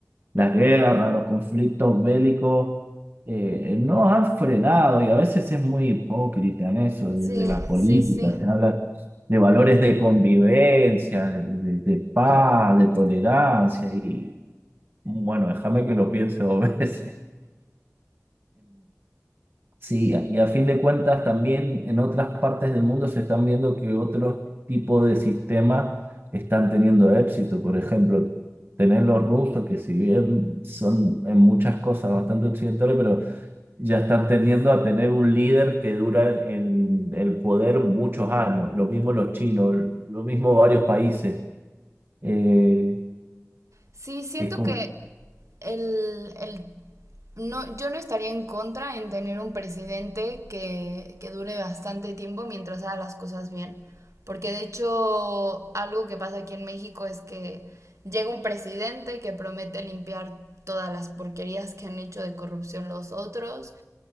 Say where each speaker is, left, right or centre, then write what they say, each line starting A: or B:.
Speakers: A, on the right (about 40°); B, on the right (about 65°).
A: las guerras, los conflictos bélicos eh, no han frenado y a veces es muy hipócrita en eso, desde
B: Sí,
A: la política,
B: sí, sí.
A: se habla de valores de convivencia, de, de- de paz, de tolerancia, y bueno, déjame que lo piense dos <laughs> veces. Sí, y a fin de cuentas también en otras partes del mundo se están viendo que otros tipos de sistemas están teniendo éxito. Por ejemplo, tenés los rusos que si bien son en muchas cosas bastante occidentales, pero ya están tendiendo a tener un líder que dura en el poder muchos años. Lo mismo los chinos, lo mismo varios países. Eh,
B: Sí, siento
A: es como
B: que el, el- no, yo no estaría en contra en tener un presidente que, que dure bastante tiempo mientras haga las cosas bien. Porque de hecho, algo que pasa aquí en México es que llega un presidente que promete limpiar todas las porquerías que han hecho de corrupción los otros